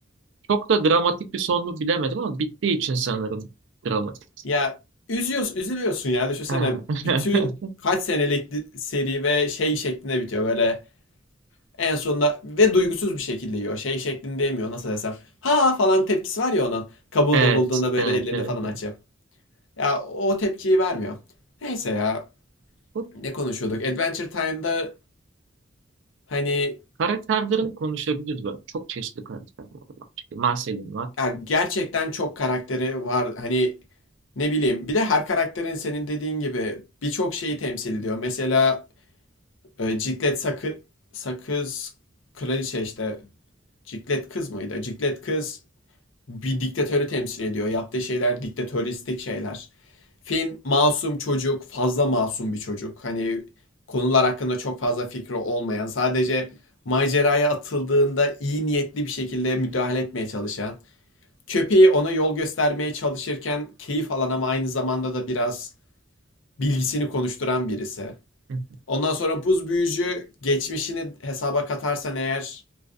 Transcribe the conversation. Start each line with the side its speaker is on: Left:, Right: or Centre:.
Right: çok da dramatik bir son mu bilemedim ama bittiği için sanırım dramatik.
Left: Ya üzüyorsun, üzülüyorsun ya. Düşünsene
Right: Ha. <laughs>
Left: bütün kaç senelik di- seri ve şey şeklinde bitiyor böyle en sonunda ve duygusuz bir şekilde yiyor. Şey şeklinde yemiyor nasıl desem. Ha falan tepkisi var ya onun. Kabuğunu
Right: Evet,
Left: bulduğunda böyle
Right: evet,
Left: ellerini
Right: evet.
Left: falan
Right: evet.
Left: açıyor. Ya o tepkiyi vermiyor. Neyse ya
Right: Bu
Left: ne konuşuyorduk? Adventure Time'da hani
Right: karakterlerini konuşabiliriz böyle. Çok çeşitli karakterler var. Çünkü Marcel'in var.
Left: ya gerçekten çok karakteri var. Hani ne bileyim bir de her karakterin senin dediğin gibi birçok şeyi temsil ediyor. Mesela E, Ciklet sakı, sakız kraliçe işte. Ciklet kız mıydı? Ciklet kız bir diktatörü temsil ediyor. Yaptığı şeyler diktatöristik şeyler. Finn masum çocuk, fazla masum bir çocuk. Hani konular hakkında çok fazla fikri olmayan, sadece maceraya atıldığında iyi niyetli bir şekilde müdahale etmeye çalışan, köpeği ona yol göstermeye çalışırken keyif alan ama aynı zamanda da biraz bilgisini konuşturan birisi.
Right: Evet.
Left: Ondan sonra buz büyücü geçmişini hesaba katarsan eğer